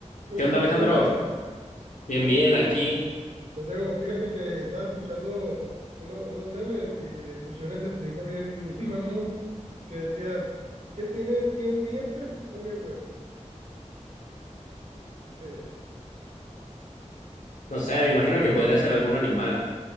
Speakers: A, on the right (about 70°); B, on the left (about 85°).
A: ¿Qué hubo,
B: ¿Qué onda,
A: Santi?
B: Alejandro?
A: ¿Cómo estás?
B: Bien,
A: Oye,
B: bien,
A: S-
B: aquí.
A: Santiago, fíjate que estaba escuchando uno- unos memes y escuché un acertijo bien, <laughs> bien mamón que decía, ¿qué tiene 100 dientes y come huevo? ¿Qué crees?
B: No sé, me imagino que podría ser algún animal.